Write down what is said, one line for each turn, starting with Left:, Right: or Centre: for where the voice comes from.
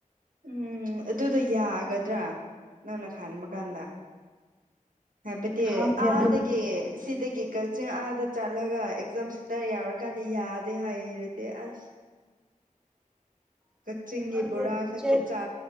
Right: ꯎꯝ ꯑꯗꯨꯗꯣ ꯌꯥꯒꯗ꯭ꯔꯥ ꯅꯪꯅ ꯈꯟꯕ ꯀꯥꯟꯗ ꯍꯥꯞꯄꯇꯤ
Centre: ꯈꯪꯗꯦ
Right: ꯑꯥꯗꯒꯤ
Centre: ꯑꯗꯨ
Right: ꯁꯤꯗꯒꯤ ꯀꯆꯤꯡ ꯑꯥꯗ ꯆꯠꯂꯒ ꯑꯦꯛꯖꯥꯝ ꯁꯤꯠꯇꯔ ꯌꯥꯎꯔꯀꯥꯟꯗ ꯌꯥꯗꯦ ꯍꯥꯏꯔꯗꯤ ꯑꯁ
Centre: <unintelligible>
Right: ꯀꯛꯆꯤꯡꯒꯤ
Centre: ꯑꯩꯈꯣꯏꯒꯤ
Right: ꯕꯣꯔꯥ ꯈꯛꯇ ꯆꯥ